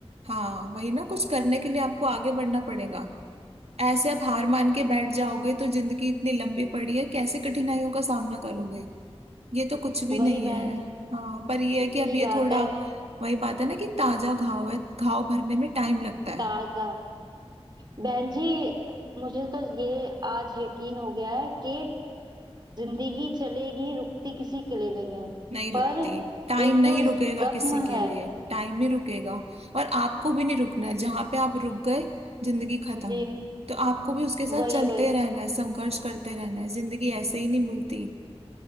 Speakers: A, on the right (about 75°); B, on the right (about 45°).
A: हाँ वही ना कुछ करने के लिए आपको आगे बढ़ना पड़ेगा ऐसे आप हार मान के बैठ जाओगे तो जिंदगी इतनी लंबी पड़ी है कैसे कठिनाइयों का सामना करोगे ये तो कुछ भी
B: वही
A: नहीं
B: बहन
A: है
B: जी
A: हाँ पर ये है कि
B: यही
A: अब ये
B: बात
A: थोड़ा
B: है
A: वही बात है ना कि ताजा घाव है घाव भरने में टाइम लगता है
B: ताजा बहन जी मुझे तो ये आज यकीन हो गया है कि जिंदगी चलेगी रुकती किसी के लिए नहीं है
A: नहीं रुकती
B: पर
A: टाइम
B: एक
A: नहीं
B: जो
A: रुकेगा
B: जख्म
A: किसी के
B: है
A: लिए टाइम ही रुकेगा और आपको भी नहीं रुकना है जहां पे आप रुक गए जिंदगी खत्म
B: जी
A: तो आपको भी उसके साथ
B: वही
A: चलते
B: वही
A: रहना है संघर्ष करते रहना है जिंदगी ऐसे ही नहीं मिलती